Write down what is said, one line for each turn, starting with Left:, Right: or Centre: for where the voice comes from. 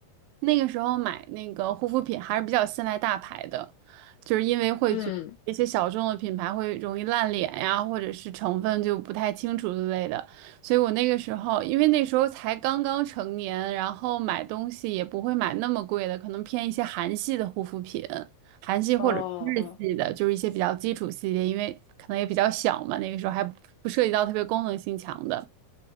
Right: 那个时候买那个护肤品还是比较信赖大牌的，就是因为会觉得一些小众的品牌会容易烂脸呀，
Left: 嗯，
Right: 或者是成分就不太清楚之类的。所以我那个时候，因为那时候才刚刚成年，然后买东西也不会买那么贵的，可能偏一些韩系的护肤品，韩系或者是日系的，
Left: 哦哦
Right: 就是一些比较基础系列，因为可能也比较小嘛，那个时候还不涉及到特别功能性强的。